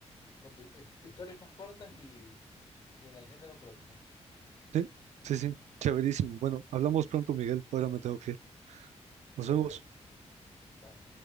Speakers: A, on the left (about 30°); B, on the right (about 80°).
A: con di- eh, historias más cortas y, y en el género que lo tenés.
B: sí, sí, sí, chéverísimo. Bueno, hablamos pronto, Miguel. Ahora me tengo que ir.
A: Cuídate.
B: Nos vemos.
A: Bye.